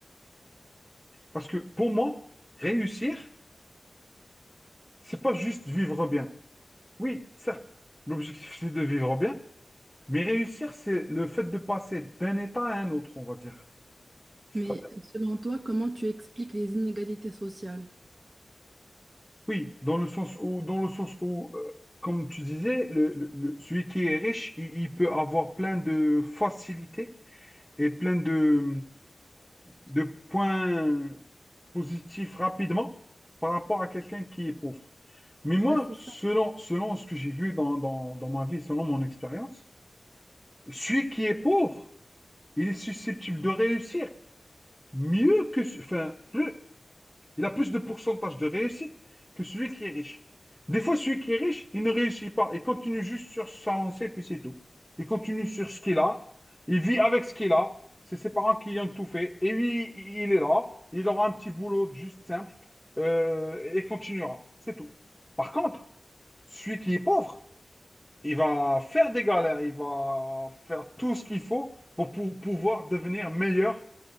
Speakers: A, in the centre; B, on the right.
A: Parce que pour moi, réussir, c'est pas juste vivre bien. Oui, certes, l'objectif c'est de vivre bien, mais réussir, c'est le fait de passer d'un état à un autre, on va dire. C'est-à-dire,
B: Mais selon toi, comment tu expliques les inégalités sociales?
A: Oui, dans le sens où, dans le sens où, euh, comme tu disais, le- le- le- celui qui est riche, il, il peut avoir plein de facilités et plein de, de points positifs rapidement par rapport à quelqu'un qui est pauvre. Mais moi,
B: Ben, c'est
A: selon,
B: ça,
A: selon ce que j'ai vu dans, dans, dans ma vie, selon mon expérience, celui qui est pauvre, il est susceptible de réussir mieux que, ce- enfin, plus, il a plus de pourcentage de réussite que celui qui est riche. Des fois, celui qui est riche, il ne réussit pas. Il continue juste sur sa lancée, puis c'est tout. Il continue sur ce qu'il a. Il vit avec ce qu'il a. C'est ses parents qui lui ont tout fait. Et lui, il est là. Il aura un petit boulot juste simple euh, et continuera. C'est tout. Par contre, celui qui est pauvre, il va faire des galères. Il va faire tout ce qu'il faut pour, pou- pouvoir devenir meilleur.